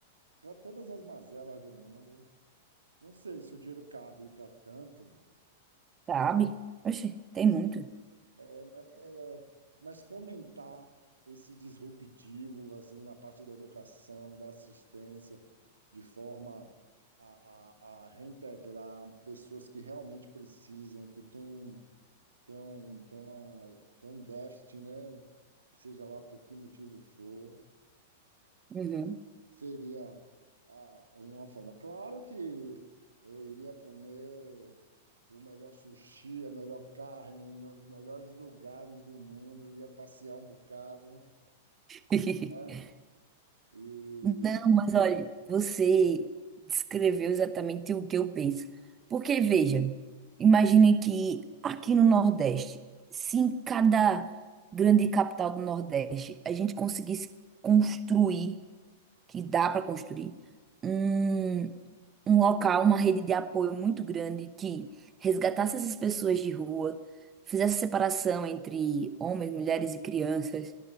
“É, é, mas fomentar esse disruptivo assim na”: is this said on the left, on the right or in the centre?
Right